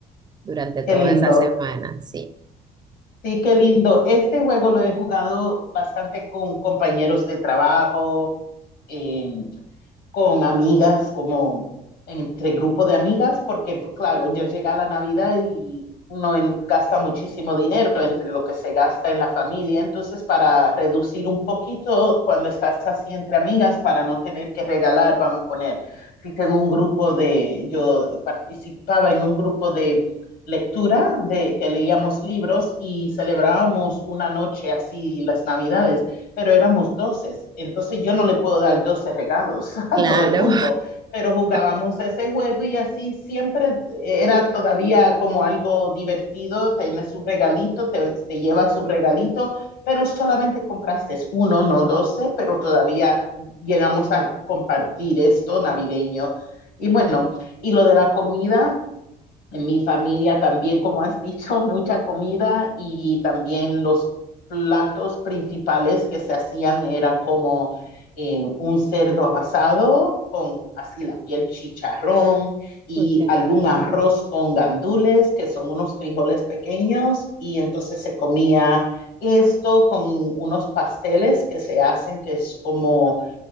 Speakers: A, on the right; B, on the left.
A: durante
B: Qué
A: toda
B: lindo.
A: esa semana, sí.
B: Sí, qué lindo. Este juego lo he jugado bastante con compañeros de trabajo, eh, con amigas, como entre grupos de amigas, porque pues, claro, ya llega la Navidad y uno en- gasta muchísimo dinero entre lo que se gasta en la familia, entonces para reducir un poquito cuando estás así entre amigas, para no tener que regalar, vamos a poner, si tengo un grupo de, yo participaba en un grupo de lectura de que leíamos libros y celebrábamos una noche así las Navidades pero éramos 12. Entonces yo no le puedo dar 12 regalos <laughs> a
A: Claro.
B: todo el mundo, pero jugábamos
A: <laughs>
B: ese juego y así siempre eh, era todavía como algo divertido, tienes un regalito, te, te llevas un regalito, pero solamente compraste uno, no 12, pero todavía llegamos a compartir esto navideño. Y bueno, y lo de la comida, en mi familia también, como has dicho, <laughs> mucha comida y también los platos principales que se hacían era como eh, un cerdo asado con así la piel chicharrón y
A: Ok,
B: algún arroz con gandules, que son unos frijoles pequeños, y entonces se comía esto con unos pasteles que se hacen, que es como